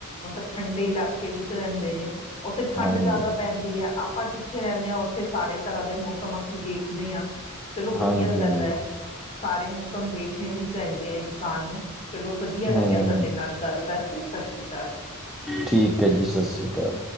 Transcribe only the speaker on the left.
ਮਤਲਬ ਠੰਡੇ ਇਲਾਕੇ ਵਿੱਚ ਰਹਿੰਦੇ ਨੇ ਉੱਥੇ ਠੰਡ
ਜ਼ਿਆਦਾ ਪੈਂਦੀ ਹੈ ਆਪਾਂ ਜਿੱਥੇ ਰਹਿੰਦੇ ਹਾਂ ਉੱਥੇ ਸਾਰੇ ਤਰ੍ਹਾਂ ਦੇ ਮੌਸਮ ਅਸੀਂ ਵੇਖਦੇ ਹਾਂ। ਚਲੋ ਵਧੀਆ
ਗੱਲ
ਐ ਸਾਰੇ ਮੌਸਮ ਵੇਖਣੇ ਵੀ ਚਾਹੀਦੇ ਏ ਇਨਸਾਨ ਨੂੰ। ਚਲੋ ਵਧੀਆ ਲੱਗਿਆ
ਤੁਹਾਡੇ ਨਾਲ ਗੱਲ ਕਰਕੇ ਸਤਿ ਸ਼੍ਰੀ ਅਕਾਲ।